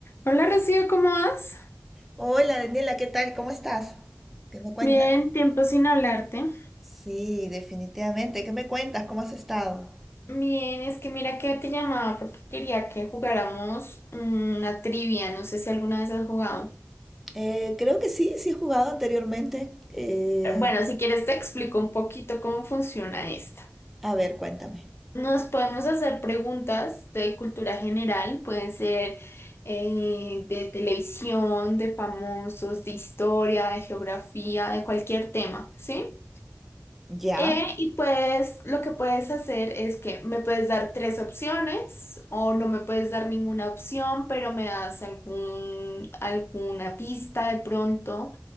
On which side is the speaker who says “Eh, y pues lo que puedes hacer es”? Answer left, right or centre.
Left